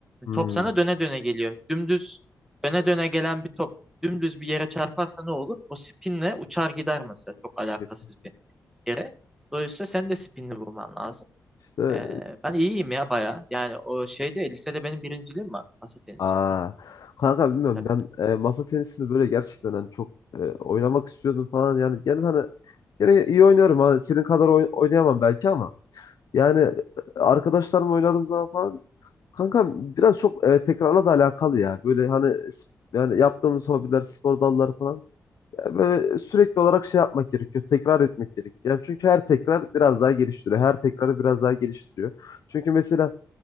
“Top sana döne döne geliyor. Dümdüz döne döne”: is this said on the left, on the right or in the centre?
Centre